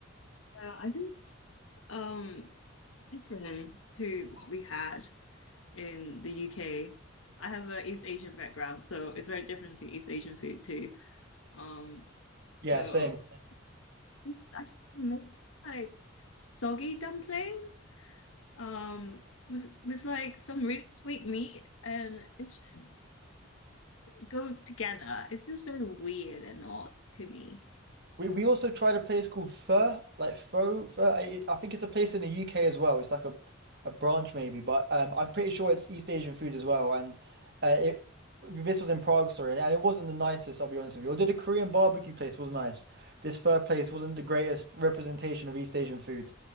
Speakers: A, on the left; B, on the right.
A: Yeah, I think it's um different to what we had in the UK. I have an East Asian background, so it's very different to East Asian food too. Um,
B: Yeah,
A: so
B: same.
A: it's- I make this like soggy dumplings, um, with with like some really sweet meat, and it's just it just goes together. It's just very weird and odd to me.
B: We we also tried a place called Fur, like Faux, Fur. I, I think it's a place in the UK as well. It's like a, a branch maybe, but um, I'm pretty sure it's East Asian food as well. And uh, it this was in Prague, sorry, and it wasn't the nicest. I'll be honest with you. Although the Korean barbecue place was nice, this Fur place wasn't the greatest representation of East Asian food.